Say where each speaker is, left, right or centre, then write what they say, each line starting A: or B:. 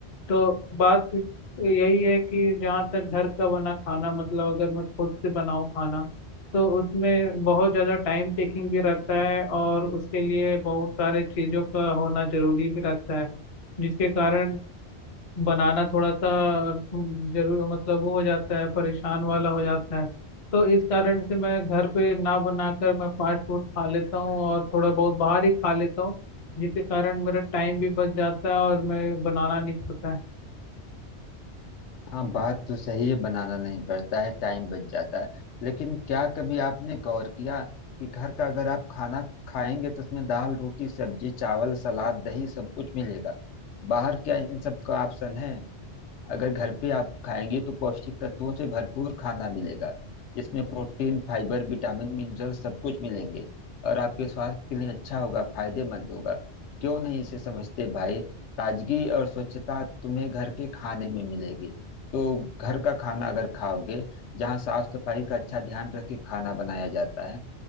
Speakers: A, on the left; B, on the left.
A: तो बात यही है कि जहाँ तक घर का बना खाना मतलब अगर मैं खुद से बनाऊँ खाना तो उसमें बहुत ज़्यादा टाइम टेकिंग भी रहता है और उसके लिए बहुत सारे चीज़ों का होना जरूरी भी रहता है जिसके कारण बनाना थोड़ा सा जरूर मतलब वो हो जाता है परेशान वाला हो जाता है तो इस कारण से मैं घर पे ना बनाकर मैं फास्ट फूड खा लेता हूँ और थोड़ा बहुत बाहर ही खा लेता हूँ जिसके कारण मेरा टाइम भी बच जाता है और मैं बनाना नहीं पड़ता है
B: हाँ बात तो सही है बनाना नहीं पड़ता है टाइम बच जाता है लेकिन क्या कभी आपने गौर किया कि घर का अगर आप खाना खाएंगे तो उसमें दाल रोटी सब्जी चावल सलाद दही सब कुछ मिलेगा बाहर क्या इन सब का ऑप्शन है अगर घर पे आप खाएंगे तो पौष्टिक तत्वों से भरपूर खाना मिलेगा जिसमें प्रोटीन फाइबर विटामिन मिनरल सब कुछ मिलेंगे और आपके स्वास्थ्य के लिए अच्छा होगा फायदेमंद होगा क्यों नहीं इसे समझते भाई ताजगी और स्वच्छता तुम्हें घर के खाने में मिलेगी तो घर का खाना अगर खाओगे जहाँ साफ सफाई का अच्छा ध्यान रख के खाना बनाया जाता है